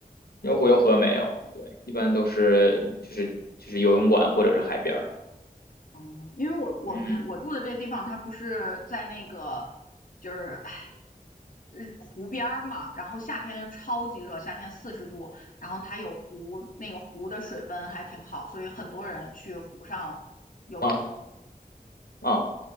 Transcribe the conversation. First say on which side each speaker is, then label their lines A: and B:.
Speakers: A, on the left; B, on the left.
A: 因为湖游河没有，对，一般都是就是就是游泳馆或者是海边儿。
B: 嗯，因为我我们我住的这个地方，
A: 嗯
B: 它不是在那个就是哎，日湖边儿嘛，然后夏天又超级热，夏天四十度，然后它有湖，那个湖的水温还挺好，所以很多人去湖上游泳，
A: 啊啊